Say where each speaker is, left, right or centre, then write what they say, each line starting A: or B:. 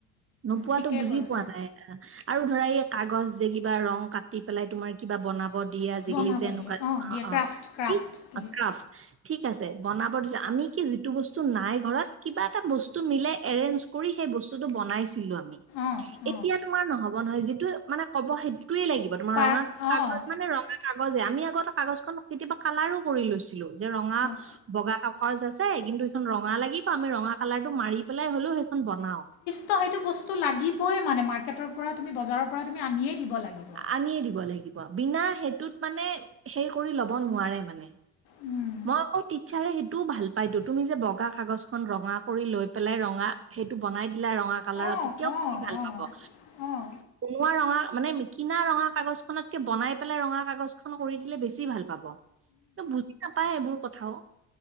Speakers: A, on the right; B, on the left.
A: নোপোৱাটো
B: ঠিকেই
A: বুজি
B: কৈছা
A: পোৱা নাই। আৰু ধৰা এই কাগজ যে কিবা ৰং কাটি পেলাই তোমাৰ কিবা বনাব দিয়ে আজিকালি
B: বনাব
A: যে এনেকুৱা
B: দিয়ে অঁ দিয়ে
A: অ' অ'
B: ক্ৰাফ্ট ক্ৰাফ্ট
A: কি
B: বুলি
A: অ' কাৰফ। ঠিক আছে, বনাব দিছ আমি কি যিটো বস্তু নাই ঘৰত কিবা এটা বস্তু মিলাই এৰেজ কৰি সেই বস্তুটো বনাইছিলোঁ আমি।
B: অঁ
A: এতিয়া
B: অঁ
A: তোমাৰ নহ'ব নহয়, যিটো মানে ক'ব সেইটোয়ে লাগিব তোমাৰ
B: পা
A: ৰঙা কাগজ
B: অঁ
A: মানে ৰঙা। কাগজে আমি আগতে কাগজ খন কেতিয়াবা কালাৰো কৰি লৈছোঁ। যে ৰঙা
B: অঁ
A: বগা কাকজ আছে, কিন্তু এইখন ৰঙা লাগিব আমি ৰঙা কালাৰ টো মাৰি। পেলাই হ'লেও সেইখন বনাও।
B: তো সেইটো বস্তু লাগিবই মানে মাৰ্কেটৰ পৰা তুমি বজাৰৰ পৰা তুমি আনিয়েই দিব লাগিব।
A: আনিয়ে দিব লাগিব, বিনা সেইটোত মানে সেই কৰি ল'ব নোৱাৰে মানে
B: উম।
A: মই আকৌ টিচাৰে সেইটোও ভাল পাই টো তুমি যে বগা কাগজখন ৰঙা কৰি লৈ পেলাই ৰঙা সেইটো বনাই দিলা ৰঙা কালাৰত
B: অঁ
A: তেতিয়াও
B: অঁ
A: বেছি ভাল
B: অঁ
A: পাব।
B: অঁ
A: বনোৱা ৰঙা মানে মিকিনা ৰঙা কাগজখনত বনাই পেলাই ৰঙা কাগজ খন কৰি দিলে বেছি ভাল পাব বুজি নাপায় এইবোৰ কথাও।